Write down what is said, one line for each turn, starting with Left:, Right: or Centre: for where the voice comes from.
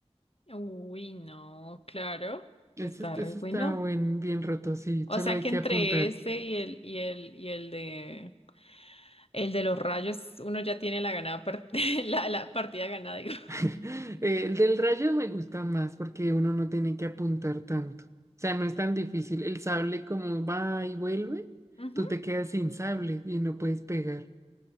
Left: Uy, no, claro.
Right: Ese,
Left: Está re
Right: ese
Left: bueno.
Right: está buen, bien roto, sí,
Left: O
Right: solo
Left: sea
Right: hay
Left: que
Right: que
Left: entre
Right: apuntar.
Left: este y el, y el, y el de El de los rayos, uno ya tiene la ganada par- <laughs> la, la partida ganada, digo.
Right: <laughs> Eh, el del rayo me gusta más porque uno no tiene que apuntar tanto. O sea, no es tan difícil. El sable como va y vuelve,
Left: Ujú.
Right: tú te quedas sin sable y no puedes pegar.